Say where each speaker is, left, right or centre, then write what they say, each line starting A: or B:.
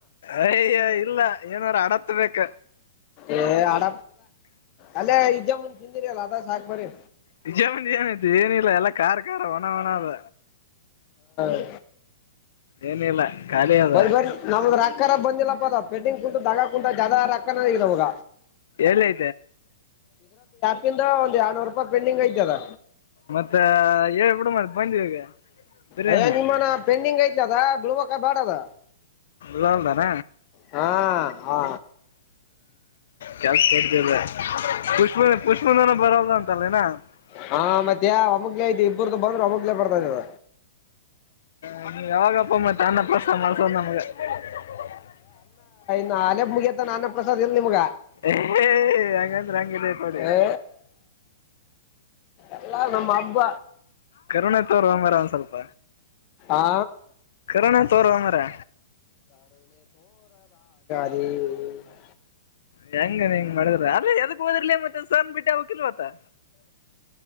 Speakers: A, on the left (about 70°); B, on the left (about 35°).
A: ಅಯ್ಯ ಇಲ್ಲ ಏನಾರ ಅಡತ್ ಬೆಕ್
B: ಏ ಆಡ ಅಲ್ಲೇ ಇದ್ದ ಮುಂದೆ ತಿಂದಿನಿ ಅಲ್ಲ ಅದ ಸಾಕಕ್ ಬರರಿ
A: ವಿಜಯ ಮಂದಿ ಏನಾಯ್ತು ಏನಿಲ್ಲ ಎಲ್ಲ ಖ ಖಾರ ಒಣ ಹಣ ಅದ
B: <inaudible>
A: ಏನಿಲ್ಲ ಖಾಲಿ ಅದ
B: ಬರಿ ಬರಿ ನಮ ರಾಕಾರ ಬಂದಿಲ್ಲ ಪೆಡ್ಡಿಂಗ ಕುಂತು ದಗ ಕುಂಟಾ ಜದ ರಕ್ಕಗಿದವಾಗ
A: ಎಳ್ತೈ
B: ಕಂದ ಒಂದಂದುರ್ ನೂರು ರೂಪಾಯ ಪೆಂಡಂಗ್ ಐತೆ ಹ
A: ಮತ್ತ ಹೇಳ್ಬಿಡು ಮತ್ ಬಂದ್ವಿ ಈಗ ಬಿರಿಯಾನಿ
B: ಅಯ್ಯ ನಿಮ್ಮನ ಪೆಂಡಿಂಗ್ ಐತ್ಲ ಅದ ಬಿಳ್ುವಕ ಬ್ಯಾಡ ಅದ
A: ಬರಲ್ದಾನ
B: ಹ
A: ಕೆಲ್ಸ ಕೊಡ್ತೇದೆ ಪುಷಪನ ಪುಷಪನನ ಬರಲ್ಲ ಅಂತಲ್ಲಏನಾ <unintelligible>
B: ಹಾ ಮತ್ತೆ ಅಮಗ್ಲ ಐತಿ ಇಬ್ಬ್ರ್ದ ಬಂದ್ರೆ ಅಮಗ್ಲ ಬರ್ತಾ ಇದದ
A: ಹ ನೀ ಯಾವಾಗಪ್ಪ ಮ ತಾನಪ್ಪ <unintelligible> ಹ ಸಸ ನಮಗೆ <unintelligible>
B: ನಾ ಅಲೆೆ ಮುಗ ಅತ ನಾನ ಪ್ರಸಾದ್ ಇಲ್ ನಿಮ್ಗ
A: ಏ ಹಂಗಂದ್ರೆ ಹಂಗಿದೆತಡಿ
B: ಏ ಎಲ್ಲ ನಮ್ಮ ಹಬ್ಬ
A: ಕರುೋಣೆ ತ ಅವರ್ ಮಾರ ಒಂದ ಸ್ವಲ್ಪ
B: ಆ
A: ಕರೋಣ ತೋರ್ ಅಂದ್ರೆ
B: ಈ
A: ಹೆಂಗನ್ ಹೆಂಗ್ ಮಾಡಿದ್ರ ಅ ಹೋದಿರ್ಲಿ ಮತ್ತೆ ಸನ್ ಬಿಟ್ಟೆ ಯ ಕೆಲ್ವತ್ತ